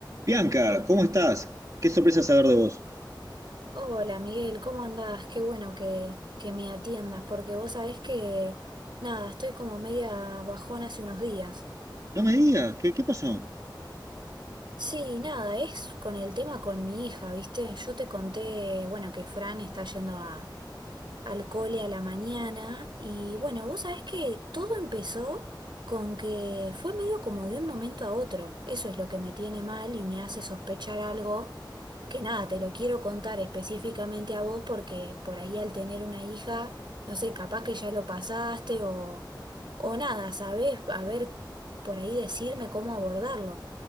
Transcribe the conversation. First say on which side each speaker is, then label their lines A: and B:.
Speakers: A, on the right (about 45°); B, on the right (about 75°).
A: Bianca, ¿cómo estás? Qué sorpresa saber
B: Oh,
A: de vos.
B: hola Miguel, ¿cómo andás? Qué bueno que, que me atiendas, porque vos sabés que, nada, estoy como media bajón hace unos días.
A: No me digas, ¿qué, qué pasó?
B: Sí, nada, es con el tema con mi hija, ¿viste? Yo te conté, bueno, que Fran está yendo a, al cole a la mañana y bueno, vos sabés que todo empezó con que fue medio como de un momento a otro. Eso es lo que me tiene mal y me hace sospechar algo que nada, te lo quiero contar específicamente a vos porque por ahí al tener una hija, no sé, capaz que ya lo pasaste o, o nada, ¿sabés? A ver, por ahí decirme cómo abordarlo.